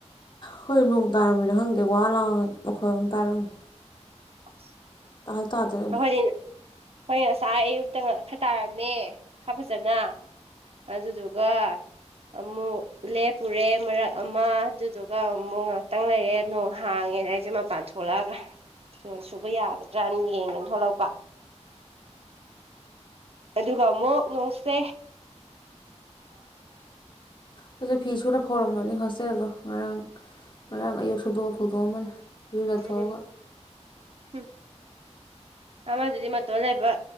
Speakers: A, on the left; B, on the right.
A: ꯍꯣꯏ ꯅꯣꯡ ꯇꯥꯔꯝꯃꯤꯅ ꯈꯪꯗꯦ ꯋꯥ ꯂꯥꯎ ꯃꯈꯣꯏ ꯑꯃ ꯇꯥꯔꯝꯃꯤ
B: <inaudible>
A: ꯍꯥꯏ ꯇꯥꯗ꯭ꯔꯦ ꯑꯃꯨꯛ
B: ꯑꯩꯈꯣꯏꯗꯤ ꯑꯩꯈꯣꯏ ꯉꯁꯥꯏ ꯑꯌꯨꯛꯇ ꯉꯛ ꯈꯔ ꯇꯥꯔꯝꯃꯦ ꯈꯔ ꯐꯖꯅ ꯑꯗꯨꯗꯨꯒ ꯑꯃꯨꯛ ꯂꯦꯞꯄꯨꯔꯦ ꯃꯔꯛ ꯑꯃ ꯑꯗꯨꯗꯨꯒ ꯑꯃꯨꯛ ꯉꯥꯏꯍꯥꯛꯇꯪ ꯂꯩꯔꯦ ꯅꯣꯡ ꯍꯥꯡꯉꯦꯅ ꯑꯩꯁꯦ ꯃꯄꯥꯟ ꯊꯣꯛꯂꯛꯑꯒ ꯐꯤꯔꯣꯟ ꯁꯨꯕ ꯌꯥꯒꯗ꯭ꯔꯅ ꯌꯦꯡꯒꯦꯅ ꯊꯣꯛꯂꯛꯄ ꯑꯗꯨꯒ ꯑꯃꯨꯛ ꯅꯨꯡꯁꯦ
A: ꯑꯩꯁꯦ ꯐꯤ ꯁꯨꯔ ꯐꯧꯔꯝꯕꯅꯤ ꯍꯣꯁꯇꯦꯜꯗꯣ ꯉꯔꯥꯡ ꯉꯔꯥꯡ ꯑꯌꯨꯛ ꯁꯨꯗꯣꯛꯑ ꯐꯧꯗꯣꯛꯑꯝꯕꯅꯦ ꯑꯃꯅꯤꯅꯦ ꯌꯔꯒꯊꯣꯛꯑꯒ
B: ꯎꯝ ꯎꯝ ꯑꯃꯗꯨꯗꯤ ꯃꯇꯣꯟ ꯂꯩꯕ